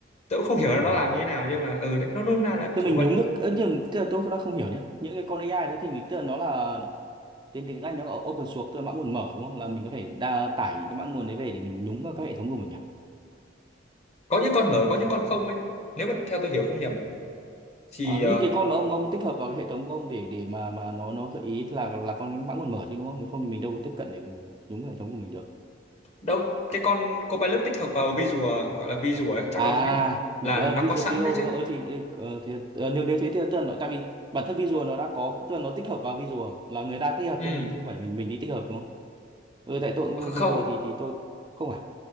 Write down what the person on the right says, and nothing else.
à
thế mình
nhúng được ơ, nhưng tức là tôi đang không hiểu nhé những cái con AI đấy thì mình tức là nó là tên tiếng Anh nó là open source tức là mã nguồn mở đúng không là mình có thể đa tải những cái mã nguồn đấy về để mình nhúng vào các hệ thống của mình à
À,
như cái con mà ông ông tích hợp vào cái hệ thống của ông để để mà mà nó nó gợi ý là là con mã nguồn mở chứ đúng không? Nếu không thì mình đâu tiếp cận để mình đúng hệ thống của mình được.
À,
ờ,
Visual
Studio
đúng không? Ừ thì ờ, thì ờ, nếu nếu thế thì tức là nó tại vì bản thân Visual nó đã có tức là nó tích hợp vào Visual là người ta tích hợp
cho mình chứ không phải mình mình đi tích hợp đúng không? Ừ tại tôi cũng
dùng Visual
thì thì tôi không phải.